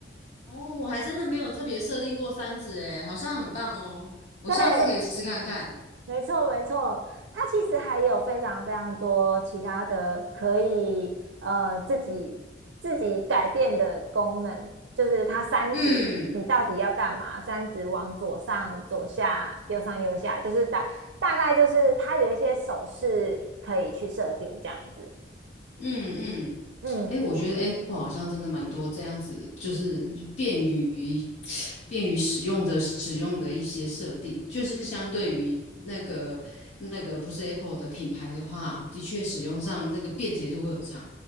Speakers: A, on the left; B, on the right.
A: 哦，我还真的没有特别设定过三指诶，好像很棒哦。
B: <laughs>
A: 我下次可以试看看。
B: 对，没错，没错，它其实还有非常非常多其他的可以呃自己自己改变的功能，就是它三指你到底要干嘛？
A: 嗯
B: 三指往左上、左下、右上、右下，就是大大概就是它有一些手势可以去设定这样子。
A: 嗯嗯，
B: 嗯，
A: 哎，我觉得 Apple 好像真的蛮多这样子，就是便于 <tsk> 便于使用的使用的一些设定，就是相对于那个那个不是 Apple 的品牌的话，的确使用上那个便捷度会有差。